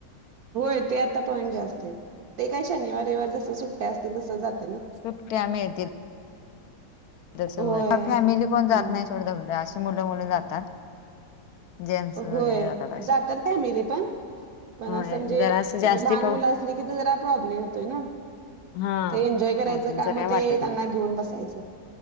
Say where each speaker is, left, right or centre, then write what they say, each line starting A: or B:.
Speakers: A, on the right; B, on the left.
A: होय ते आता पॉईंट जास्त आहेत, ते काही शनिवार-रयवार जसं सुट्ट्या असतील तसं जात
B: सुट्ट्या मिळतील. जसं,
A: होय
B: फॅमिली कोण
A: हम्म.
B: जात नाही सोडं <unintelligible> असे मुलं मुलं जातात. जेंट्स वगैरे
A: होय,
B: असे
A: जातात फॅमिली पण पण
B: होय
A: असं म्हणजे,
B: जरा असं जास्ती
A: लहान
B: पाऊ
A: मुलं असले की तर जरा प्रॉब्लेम येतोय ना.
B: हा
A: ते एन्जॉय करायचं
B: मोठ्यांचं
A: का मग
B: काय
A: ते
B: वाटत
A: त्यांना
B: नाही
A: घेऊन बसायचं?